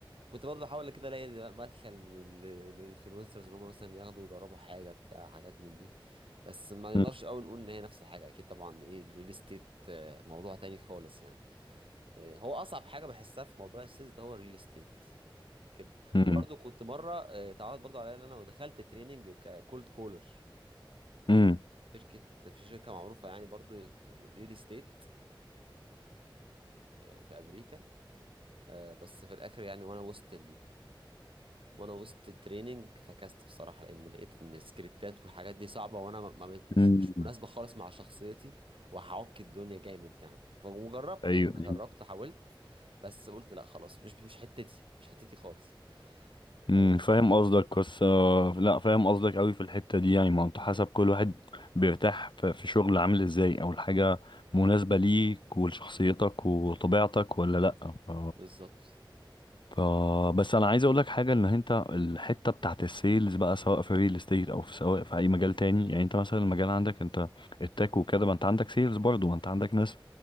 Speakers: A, on the right; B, on the left.
A: كنت برضه بحاول كده الاقي مدخل للانفلونسرز ان هم مثلا ياخدوا يجربوا حاجه بتاع حاجات من دي بس ما
B: مم.
A: نقدرش قوي نقول ان هي نفس الحاجه اكيد طبعا ايه الريل استيت موضوع تاني خالص يعني آه، هو اصعب حاجه بحسها في موضوع السيلز ده هو الريل استيت كده
B: مم.
A: وبرضه كنت مره آه، اتعرض برضه عليا ان انا دخلت تريننج ككولد كولر
B: مم.
A: شركه في شركه معروفه يعني برضه ريل استيت في امريكا آه، بس في الاخر يعني وانا وسط وانا وسط التريننج فكست بصراحه لان لقيت ان السكريبتات والحاجات دي صعبه وانا ما ما بت- مش
B: مم.
A: مش مناسبه خالص مع شخصيتي وهعك الدنيا جامد يعني ف- وجربت
B: ايوه
A: يعني انا
B: أيوه.
A: جربت حاولت بس قلت لا خلاص مش مش حتتي مش حتتي خالص
B: امم
A: آه
B: فاهم قصدك بس آه، لا فاهم قصدك قوي في الحتة دي يعني ما هو انت حسب كل واحد بيرتاح في في شغل عامل ازاي او الحاجة مناسبة ليك ولشخصيتك وطبيعتك ولا لا ف...
A: بالظبط
B: ف... بس انا عايز اقول لك حاجة ان انت الحتة بتاعت السيلز بقى سواء في ريل استيت او في سواء في اي مجال تاني يعني انت مثلا المجال عندك انت التك وكده ما انت عندك سيلز برضه ما انت عندك ناس